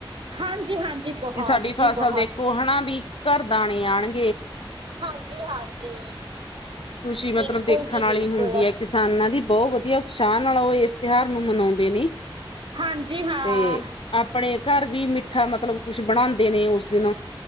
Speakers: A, on the right (about 65°); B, on the left (about 75°).
A: ਹਾਂਜੀ ਹਾਂਜੀ ਬਹੁਤ
B: ਵੀ ਸਾਡੀ
A: ਜੀ
B: ਫਸਲ
A: ਬਹੁਤ
B: ਦੇਖੋ ਹਨਾ ਵੀ ਘਰ ਦਾਣੇ ਆਉਣ
A: ਹਾਂਜੀ- ਹਾਂਜੀ
B: ਖ਼ੁਸ਼ੀ ਮਤਲਬ
A: ਬਿਲਕੁਲ
B: ਦੇਖਣ
A: ਜੀ
B: ਵਾਲੀ
A: ਬਿਲਕੁਲ
B: ਹੁੰਦੀ ਹੈ। ਕਿਸਾਨਾਂ ਦੀ ਬਹੁ ਵਧੀਆ ਉਤਸ਼ਾਹ ਨਾਲ ਉਹ ਇਸ ਤਿਉਹਾਰ ਨੂੰ ਮਨਾਉਂਦੇ ਨੇ।
A: ਹਾਂਜੀ ਹਾਂ
B: ਤੇ ਆਪਣੇ ਘਰ ਵੀ ਮਿੱਠਾ ਮਤਲਬ ਕੁੱਛ ਬਣਾਉਂ ਦੇ ਨੇ ਉਸ ਦਿਨ।